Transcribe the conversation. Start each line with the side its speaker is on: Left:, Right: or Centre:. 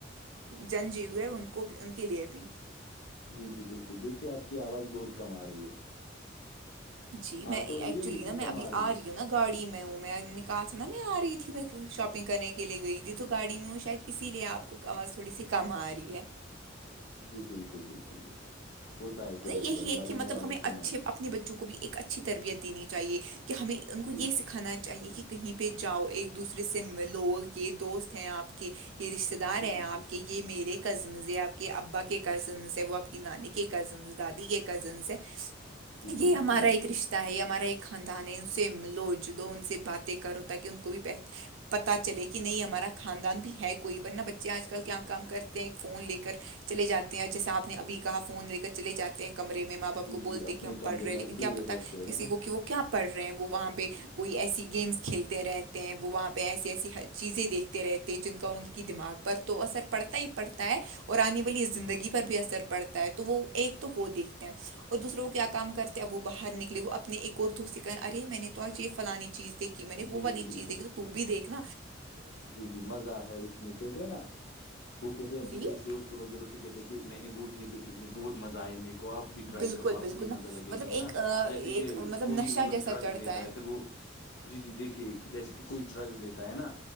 Right: جن جیو ہے ان کو بھی ان کے لیے بھی
Left: جی جی بالکل دیکھیے آپ کی آواز بہت کم آ رہی ہے
Right: جی میں
Left: آ
Right: ایکچولی
Left: تو رہی ہے لیکن
Right: نا میں
Left: کم
Right: ابھی آ
Left: ہے
Right: رہی ہ نا گاڑی میں ہو ں میں نے کہا تھا نا میں آ رہی تھی میں شاپنگ کرنے کے لیے گئی تھی تو گاڑی میں ہوں شاید اسی لیے آپ کو آواز تھوڑی سی کم آ رہی ہے
Left: <inaudible> ہوتا ہے کبھی
Right: یہی
Left: کبھار
Right: ہے
Left: گاڑی
Right: کہ مطلب
Left: میں آواز
Right: ہمیں
Left: کم
Right: اچھے
Left: آتی
Right: اپنے بچوں کو بھی ایک اچھ اچھی تربیت دینی چاہیے کہ ہمیں ان کو
Left: جی
Right: یہ
Left: جی
Right: سکھانا چاہیے کہ کہیں پہ جاؤ ایک دوسرے سے ملو یہ دوست ہیں آپ کے یہ رشتتے دار
Left: جی
Right: ہیں
Left: بالکل
Right: آپ کے یہ میرے کزنس یا آپ کے ابا کے کزنس ہے وہ آپ کی نانی کے کزنس دادی کے کزنس ہیں
Left: جی جی
Right: یہ
Left: بالکل
Right: ہمارا
Left: بالکل
Right: ایک رشہ ہے یہ ہمارا ایک خاندان ہے ان سے لو ج لو ان سے باتیں کرو تاکہ ان کو بھی پتاہ چلے کہ نہیں ہمارا خاندان بھی ہے کوئی ورنہ بچے آج کل کیا کام کرتے ہیں فون لے کر چل جاتے ہیں جیسے آپ نے ابھی کہا فون لے کر چلے جاتے کمرے میں ماں باپ
Left: جی
Right: کو
Left: جی
Right: بولتے
Left: اپنے
Right: کہ ہم
Left: کمرے
Right: پڑ رہے ہیں
Left: میں
Right: لیکن
Left: اکیلے
Right: کیا پتا
Left: بیٹھتے
Right: کسی
Left: ہیں نا
Right: کو کہ وہ کیا پڑھ رہے ہیں وہاں پہ کوئی ایسی گیمس کھیلتے رہتے ہیں وہاں پہ ایسی ایسی چیزیں دیکھتے رہتے ہیں جن کا ان کی دماغ پر تو اثر پڑتا ہی پڑتا ہے اور آنے والی زندگی پر بھی اثر پڑتا ہے تو وہ ایک تو وہ دیکھتے ہیں اور دوسرے کو کیا کام کرتے ہیں وہ باہر نکلے وہ اپنی ایک اور تو اس کہا اے میں نے تو آج یہ فلانی چیز دیکھی میں نے وہ
Left: جی
Right: والی
Left: جی
Right: چیز
Left: بالکل
Right: دیکھی تو بھی دیکھ ن
Left: جی جی مزہ ہے اس میں کہتے ہیں نا وہ کہتے اپنے
Right: جی
Left: دوست تو وغیرہ سے کہتے کہ میں نے وہ چیز دیکھی اس میں بہت مزہ آیا میرے کو اب بھی ٹرائی
Right: بالکل
Left: کرو آپ
Right: بالکل
Left: کو بھی
Right: نا
Left: مزہ لگے
Right: مطلب
Left: گا ہے
Right: ایک
Left: نا
Right: آ، ایک
Left: جیسے کہ
Right: مطلب
Left: کوئی
Right: نشہ
Left: مطلب
Right: جیسا
Left: ڈرگز
Right: چڑھتا
Left: لیتا ہے پھر وہ جی جی دیکھیے جیسے کہ کوئی ڈرگ لیتا ہے نا